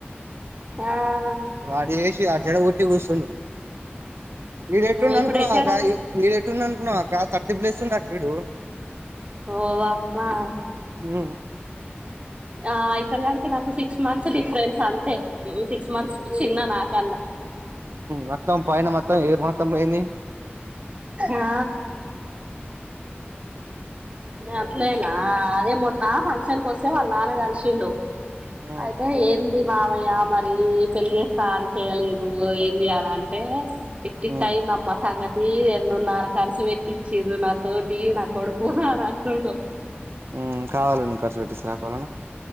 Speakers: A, on the right; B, on the right.
A: హా
B: వాడు చేసి ఆడు చెడగొట్టి కూసున్నడు వీడు ఎట్టుండి
A: ఇప్పుడు
B: అనుకున్నావాక్క
A: వేసాడా
B: వీడు ఎటుండి అనుకున్నావాక్క థర్టీ ప్లేస్ ఉన్నడక్కా వీడు
A: ఓ అమ్మా
B: ఆ
A: ఆ ఈశ్వర్యానికి నాకు సిక్స్ మంత్స్ డిఫరెన్స్ అంతే సిక్స్ మంత్స్ చిన్న నాకన్నా
B: మొత్తం పైన మొత్తం హేర్ మొత్తం పోయింది
A: ఆ అట్లయినా అదే మొన్న ఫంక్షన్కి వస్తే వాళ్ళ నాన్న కలిసిండు
B: ఉమ్
A: అయితే ఏంది మామయ్య మరి పెళ్లి చేస్తా అని చేయలేదు ఏంది అని అంటే ఇట్టిట్టాయిందమ్మ
B: ఉమ్
A: సంగతి రెండున్నర కర్సు పెట్టిచ్చ్ నాతోటి నా కొడుకు అని అంటుండు
B: ఉమ్ కావాలని ఖర్చు పెట్టిస్తరాక్క ఏవలన్న